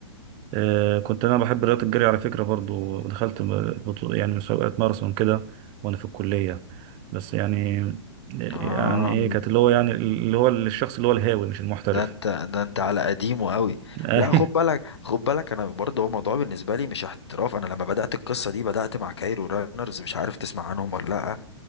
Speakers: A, on the right (about 30°); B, on the left (about 65°).
A: آه، كنت انا بحب رياضه الجري على فكره برضو دخلت م- بطو- يعني مسابقات ماراثون كده وانا في الكليه بس يعني
B: اه
A: يعني ايه كانت اللي هو يعني اللي هو الشخص اللي هو الهاوي مش المحترف
B: ده انت ده انت على قديمه قوي
A: <laughs> أيوة،
B: لا خد بالك خد بالك انا برضه هو الموضوع بالنسبه لي مش احتراف انا لما بدات القصه دي بدات مع كايرو رانرز مش عارف تسمع عنهم ولا لا